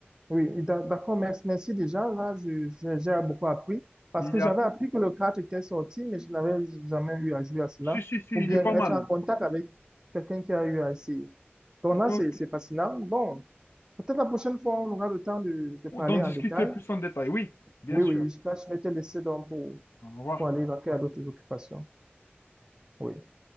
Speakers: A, on the right; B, on the left.
A: Oui, d'a- d'accord, merci, merci déjà. Là, je- j'ai j'ai beaucoup appris parce
B: Il
A: que
B: y
A: j'avais
B: a...
A: appris que le 4 était sorti, mais je n'avais jamais eu à jouer à cela
B: Si, si, si,
A: ou
B: il
A: bien
B: est pas
A: être
B: mal.
A: en contact avec quelqu'un qui a eu à essayer. Donc là,
B: Ok.
A: c'est c'est fascinant. Bon, peut-être la prochaine fois, on aura le temps de, de parler
B: D'en discuter
A: en détail.
B: plus en détail, oui, bien
A: Oui,
B: sûr.
A: oui, je, là, je vais te laisser donc pour,
B: Au revoir.
A: pour aller vaquer à d'autres occupations. Oui.